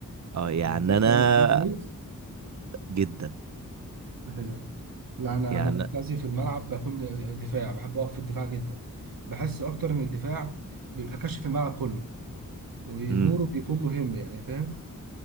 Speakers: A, on the right; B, on the right.
A: اه يعني
B: بتعرف
A: انا
B: تعمل سكيل كويس؟
A: جدا
B: ده حلو لا انا
A: يعني
B: انا مركزي في الملعب بكون دفاع بحب اقف في الدفاع جدا بحس اكتر ان الدفاع بيبقى كاشف الملعب كله ودوره
A: امم
B: بيكون مهم يعني فاهم؟